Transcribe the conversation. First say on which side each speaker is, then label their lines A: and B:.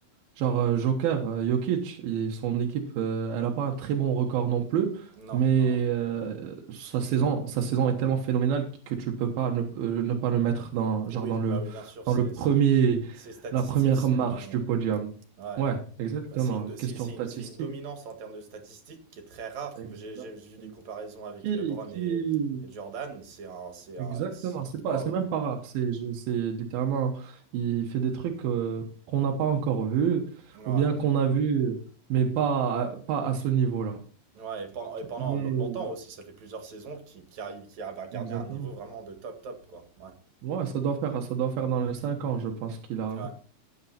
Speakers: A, on the right (about 90°); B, on the right (about 55°).
A: genre euh, Joker, euh, Jokic, et son équipe, euh, elle n'a pas un très bon record non plus,
B: Non,
A: mais
B: non, non.
A: euh, sa saison, sa saison est tellement phénoménale que tu peux pas ne, euh, ne pas le mettre dans genre
B: Oui,
A: dans le
B: bah oui, bien sûr,
A: dans
B: c'est,
A: le premier
B: c'est, ces statistiques
A: la première
B: sont,
A: marche du podium.
B: ouais.
A: Ouais, exactement.
B: Bah, C'est une, do- c'est
A: Question
B: c'est
A: statistique.
B: une, c'est une dominance en termes de statistiques qui est très rare.
A: Exactement.
B: J'ai j'ai j'ai vu des comparaisons avec
A: Qui,
B: LeBron
A: qui
B: et, et Jordan. C'est un, c'est un,
A: Exactement,
B: c'est-
A: c'est pas,
B: waouh.
A: c'est même pas rap, c'est, je- c'est littéralement, il fait des trucs euh, qu'on n'a pas encore vus,
B: Ouais.
A: ou bien qu'on a vus, mais pas, à- pas à ce niveau-là.
B: Ouais, et pendant, et pendant
A: Mais...
B: lo- longtemps aussi, ça fait plusieurs saisons qui, qui arrive, qui arrive à garder
A: Exactement.
B: un niveau vraiment de top top, quoi. Ouais.
A: Ouais, ça doit faire, ça doit faire dans les 5 ans, je pense qu'il a,
B: Ouais.